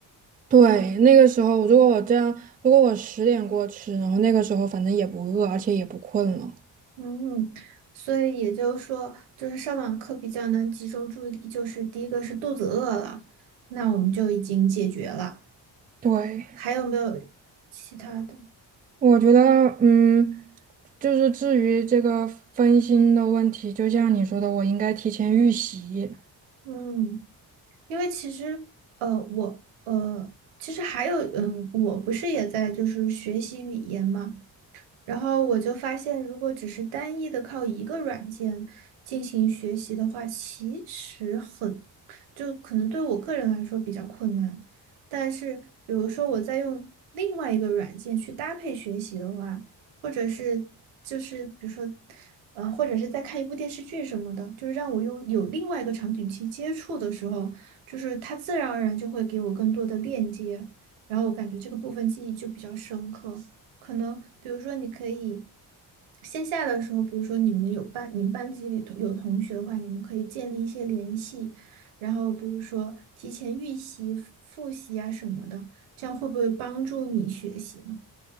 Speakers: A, on the right; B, on the right.
A: 对，那个时候如果我这样，如果我十点过吃，然后那个时候反正也不饿，而且也不困了。
B: 嗯，所以也就是说，就是上网课比较能集中注意力，就是第一个是肚子饿了，那我们就已经解决了。
A: 对。
B: 还有没有其他的？
A: 我觉得，嗯，就是至于这个分心的问题，就像你说的，我应该提前预习，
B: 嗯，因为其实呃，我呃，其实还有嗯，我不是也在就是学习语言嘛。然后我就发现，如果只是单一的靠一个软件进行学习的话，其实很，就可能对我个人来说比较困难。但是，比如说我在用另外一个软件去搭配学习的话，或者是就是比如说，呃，或者是在看一部电视剧什么的，就是让我用有另外一个场景去接触的时候，就是它自然而然就会给我更多的链接，然后我感觉这个部分记忆就比较深刻。可能比如说你可以线下的时候，比如说你们有班，你们班级里头有同学的话，你们可以建立一些联系，然后比如说提前预习、复习啊什么的，这样会不会帮助你学习呢？